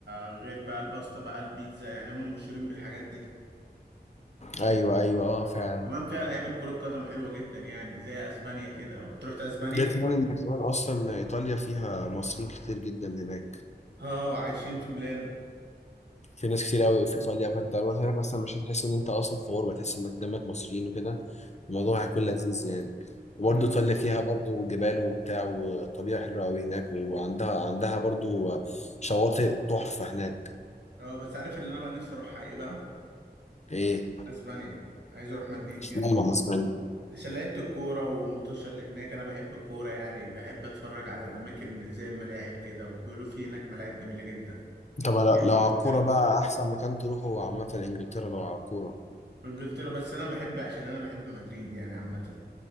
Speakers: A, on the right; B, on the left.
A: آه، غير بقى الباستا بقى البيتزا يعني هم مشهورين بالحاجات دي
B: أيوة أيوة أه فعلا
A: كمان فيها لعيبة كرة قدم حلوة جدا يعني زي أسبانيا كده تروح أسبانيا
B: غير كمان إن كمان أصلا إيطاليا فيها مصريين كتير جدا هناك
A: اه عايشين في ميلانو
B: في ناس كتير أوي في إيطاليا فأنت لو مثلا مثلا مش هتحس إن أنت أصلا في غربة تحس إنك جنبك مصريين وكده الموضوع هيكون لذيذ يعني وبرضه
A: مم.
B: إيطاليا فيها برضه جبال وبتاع والطبيعة حلوة أوي هناك وعندها عندها برضه شواطئ تحفة هناك
A: اه بس عارف اللي أنا بقى نفسي أروحها إيه بقى
B: إيه
A: أسبانيا عايز أروح مدريد
B: اشمعنى
A: جدا عشان لعيبة الكورة والمتوشة اللي هناك أنا بحب الكورة يعني بحب أتفرج على الأماكن زي الملاعب كده وبيقولوا في هناك ملاعب جميلة جدا
B: طب لو
A: في إنجلترا
B: لو على الكورة بقى أحسن مكان تروحه عامة إنجلترا لو على الكورة
A: بانجلترا بس انا بحب عشان انا بحب مدريد يعني عامه